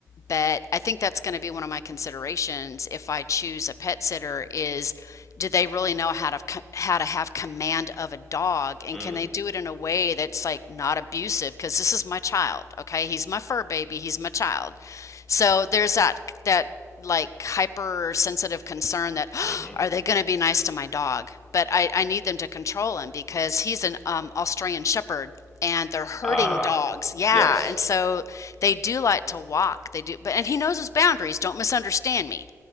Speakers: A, on the left (about 65°); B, in the centre.
A: But I think that's going to be one of my considerations if I choose a pet sitter is do they really know how to co- how to have command of a dog and
B: hmm
A: can they do it in a way that's like not abusive because this is my child okay he's my fur baby he's my child so there's that that like hypersensitive concern that <gasps> oh,
B: hmm
A: are they going to be nice to my dog? But I, I need them to control him because he's an um, Australian Shepherd and they're herding
B: Ah,
A: dogs. Yeah,
B: yes.
A: and so they do like to walk. They do, but and he knows his boundaries. Don't misunderstand me.